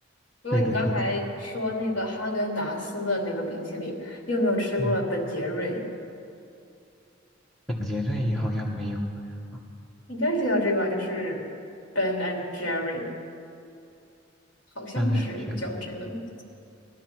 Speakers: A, on the left; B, in the centre.
A: 不过你刚才说那个哈根达斯的那个冰淇淋，
B: 对的，对的。
A: 你有没有吃过本杰瑞？
B: 嗯，本杰瑞也好像没有，啊
A: 应该是叫这个吧，就是 Ben and Jerry，好像是叫这个名字。
B: 但还觉得